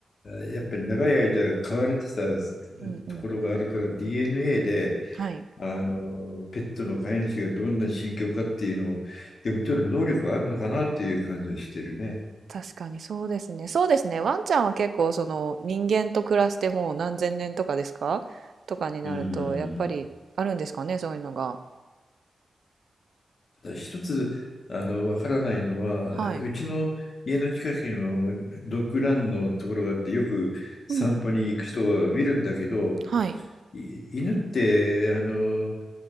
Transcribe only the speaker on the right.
うんうん。
はい。
確かにそうですね。そうですね。ワンちゃんは結構その人間と暮らしてもう何千年とかですかとかになると、
やっぱりあるんですかね、
そういうのが。
はい。
うんうん。はい。